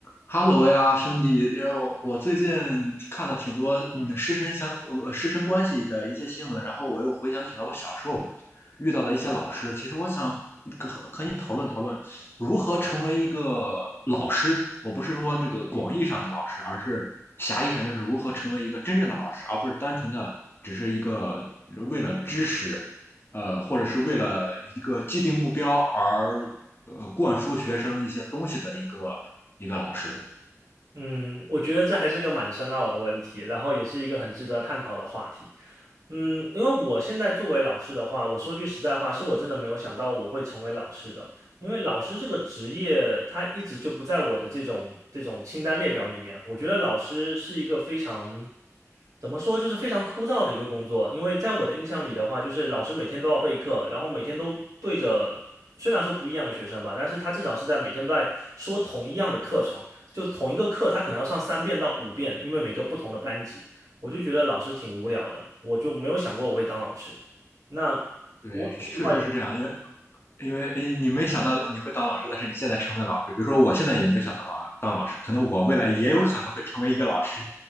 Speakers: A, on the left; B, on the right.
A: 哈喽呀，兄弟，因为我我最近看了挺多嗯师生相呃师生关系的一些新闻，然后我又回想起了我小时候遇到的一些老师。其实我想和和你讨论讨论如何成为一个老师。我不是说这个广义上的老师，而是狭义上就是如何成为一个真正的老师，而不是单纯的只是一个为了知识，呃，或者是为了一个既定目标而呃灌输学生一些东西的一个一个老师。
B: 嗯，我觉得这还是个蛮深奥的问题，然后也是一个很值得探讨的话题。嗯，因为我现在作为老师的话，我说句实在话，是我真的没有想到我会成为老师的，因为老师这个职业，他一直就不在我的这种这种清单列表里面。我觉得老师是一个非常，怎么说，就是非常枯燥的一个工作，因为在我的印象里的话，就是老师每天都要备课，然后每天都对着。虽然说不一样的学生吧，但是他至少是在每天都在说同一样的课程，就同一个课，他可能要上三遍到五遍，因为每个不同的班级，我就觉得老师挺无聊的，我就没有想过我会当老师。那
A: 对，
B: 我很意外的，
A: 确实是这样，因为因为诶，你没想到你会当老师，但是你现在成为老师。比如说，我现在也没想到老当老师，可能我未来也有可能会成为一个老师。